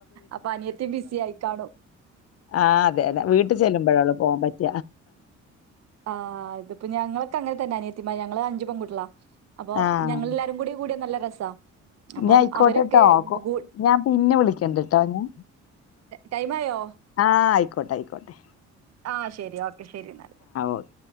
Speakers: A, on the right; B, on the left.
A: അപ്പൊ അനിയത്തി ബിസി ആയികാണും
B: ആഹ് അതെ അതെ വീട്ടു ചെല്ലുമ്പോഴേള്ളു പോവാൻ പറ്റ
A: ആഹ് ഇത്പ്പ ഞങ്ങളൊക്കെ അങ്ങനെ തന്നെ അനിയത്തിമാ ഞങ്ങള് അഞ്ചു പെൺകുട്ടളാ അപ്പൊ
B: ആഹ്
A: ഞങ്ങളല്ലാരും കൂടി കൂടിയ നല്ല രസാ
B: ഇഞ്ഞ
A: അപ്പം
B: അയ്ക്കോട്ടട്ടോ
A: അവരൊക്കെ ഇപ്പൊ കൂ
B: ഞാ പിന്നെ വിളിക്കണ്ട്ട്ടോ ഞാ
A: ടൈംമായോ
B: ആഹ് അയിക്കോട്ടെ അയിക്കോട്ടെ
A: ആഹ് ശരി ഓക്കെ ശരിന്നാ
B: ഓക്കെ